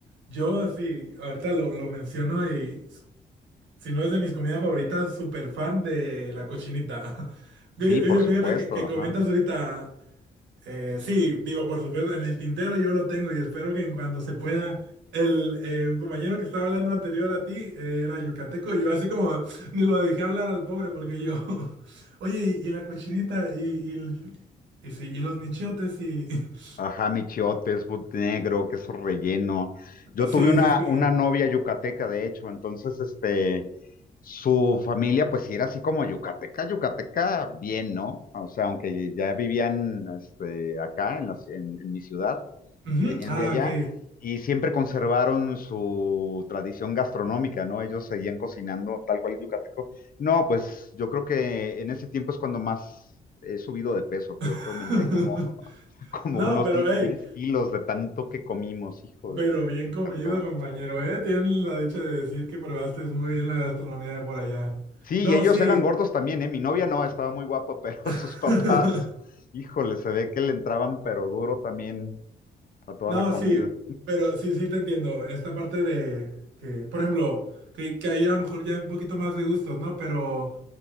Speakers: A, on the right; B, on the left.
A: yo así, ahorita lo, lo menciono y s- si no es de mis comidas favoritas, súper fan de la cochinita. <laughs> Fí-
B: Sí, por supuesto,
A: Fíjate que, que comentas
B: ajá.
A: ahorita. Eh, sí, digo, por supuesto, en el tintero yo lo tengo y espero que en cuanto se pueda, el, eh, un compañero que estaba hablando anterior a ti eh, era yucateco y yo así como <laughs> ni lo dejé hablar al pobre porque yo, <laughs> oye, y, y la cochinita y, y, el- y, sí, y los michotes y... <laughs>
B: Ajá, mi but negro, queso relleno. Yo
A: Sí,
B: tuve una,
A: sí, sí.
B: una novia yucateca, de hecho, entonces, este, su familia, pues sí era así como yucateca, yucateca, bien, ¿no? O sea, aunque ya vivían, este, acá en la ci- en en mi ciudad,
A: Ujú,
B: venían
A: Ah,
B: de allá
A: ok.
B: y siempre conservaron su tradición gastronómica, ¿no? Ellos seguían cocinando tal cual yucateco. No, pues yo creo que en ese tiempo es cuando más he subido de peso, creo
A: <laughs>
B: que aumenté como como
A: No,
B: unos
A: pero
B: die- 10
A: hey,
B: kilos de tanto que comimos, hijo
A: pero
B: de...
A: bien
B: Me
A: comido,
B: encantó.
A: compañero, ¿eh? Tienen la dicha de decir que probaste muy bien la gastronomía de por allá.
B: Sí,
A: No,
B: y ellos
A: sí.
B: eran gordos también, ¿eh? Mi novia no, estaba muy guapa, pero <laughs> sus
A: <laughs>
B: papás, híjole, se ve que le entraban pero duro también a toda
A: No,
B: la comida.
A: sí, pero sí, sí te entiendo. Esta parte de que, por ejemplo, que, que ahí a lo mejor ya hay un poquito más de gustos, ¿no? Pero